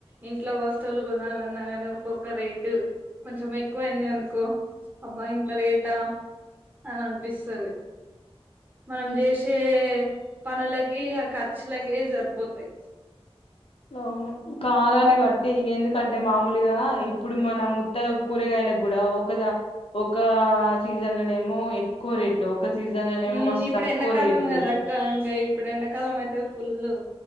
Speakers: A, on the right; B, on the left.
A: ఇంట్లో వస్తువులు కొనాలన్నా గానీ ఒక్కొక్క రేటు కొంచెం ఎక్కువయింది అనుకో అబ్బా ఇంత రేటా అని అనిపిస్తది మనం చేసే పనులకి ఆ కర్ చ్చలకే సరిపోతయి
B: అవును కాలాన్ని బట్టి ఎందుకంటే మామూలుగా ఇప్పుడు మనం ఉత్తగ కూరగాయలకు గూడా ఒకద ఒక సీజన్లనేమో ఎక్కువ రేట్లు ఒక సీజన్లనేమో
A: ఉమ్
B: మస్తు
A: ఇప్పుడు
B: తక్కువ
A: ఎండాకాలం
B: రేట్లు
A: కదక్క ఇంకా ఇప్పుడు ఎండాకాలం అయితే పుల్లు